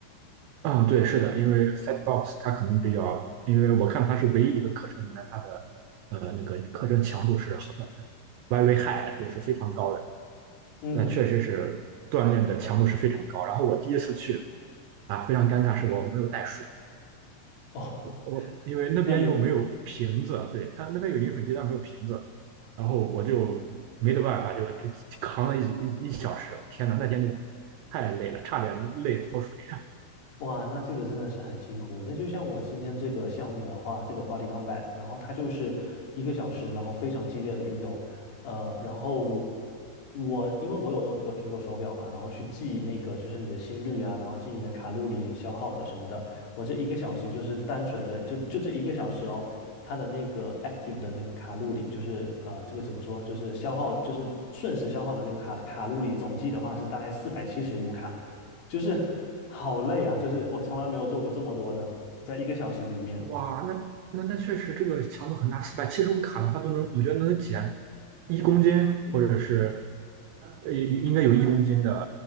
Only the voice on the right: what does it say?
嗯，对，是的，因为 Fatbox 它可能比较，因为我看它是唯一一个课程里面它的呃那个课程强度是很 very high 的也是非常高的。
那确实是锻炼的强度是非常高。然后我第一次去啊，非常尴尬，是我没有带水，
我因为那边又没有瓶子，
对，它那边有饮水机，但是没有瓶子，然后我就没得办法，就就扛了一一一小时，天呐，那天就太累了，差点累脱水。呀！
哇，那那那确实这个强度很大，四百七十五卡的话都能，我觉得能减一公斤，或者是呃应该有一公斤的